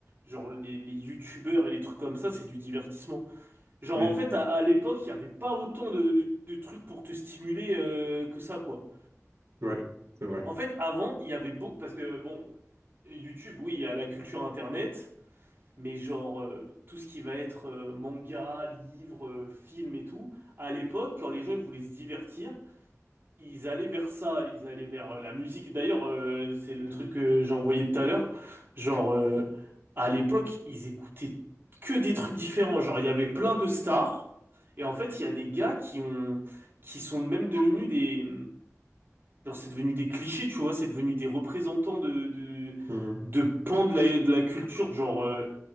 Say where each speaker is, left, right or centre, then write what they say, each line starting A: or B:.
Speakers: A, on the right (about 45°); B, on the right (about 60°).
A: genre les, les youtubeurs et les trucs comme ça, c'est du divertissement. Genre
B: oui,
A: en fait, à, à l'époque, il y avait pas autant de, de- de trucs pour te stimuler euh, que ça, quoi.
B: ouais, c'est vrai.
A: En fait, avant, il y avait beaucoup, parce que bon, YouTube, oui, il y a la culture Internet mais genre euh, tout ce qui va être euh, manga, livre, euh, film et tout, à l'époque, quand les gens ils voulaient se divertir, ils allaient vers ça, ils allaient vers euh, la musique. D'ailleurs, euh, c'est le truc que j'ai envoyé tout à l'heure. Genre, euh, à l'époque, ils écoutaient que des trucs différents. Genre, il y avait plein de stars, et en fait, il y a des gars qui ont, qui sont même devenus des. Genre, c'est devenu des clichés, tu vois, c'est devenu des représentants de, de,
B: Mhm,
A: de pans de la, de la culture. Genre, euh,